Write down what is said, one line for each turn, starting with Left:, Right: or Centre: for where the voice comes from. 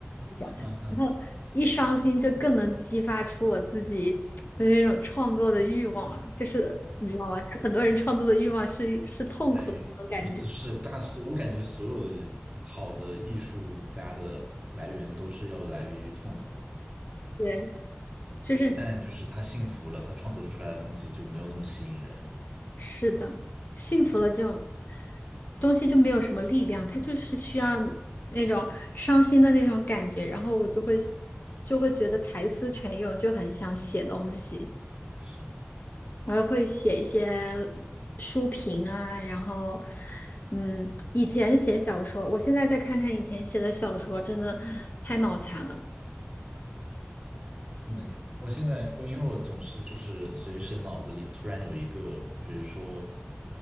Left: 一种，
Right: <laughs> 哼哼，
Left: 然后一伤心就更能激发出我自己的那种创作的欲望，就是你知道吗？
Right: 是
Left: 就很多人创作的欲望是是痛苦的那种感觉，
Right: 来源于呃，都是大师，我感觉所有的好的艺术家的来源都是要来源于痛苦。
Left: 对，
Right: 一旦就是他幸福了，
Left: 就是
Right: 他创作出来的东西就没有那么吸引人了。
Left: 是的，幸福了这种东西就没有什么力量，它就是需要
Right: 是
Left: 那种伤心的那种感觉，然后我就会就会觉得才思泉涌，就很想写东西。
Right: 是，
Left: 我还会写一些书评啊，然后，嗯，以前写小说，我现在再看看以前写的小说，真的太脑残了。
Right: 不能看。我现在我因为我总是就是随时脑子里突然有一个，比如说